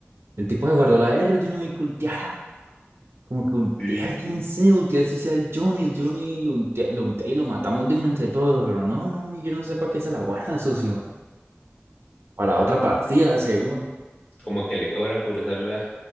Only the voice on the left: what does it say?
Sí.
Como que le cobran por usar la,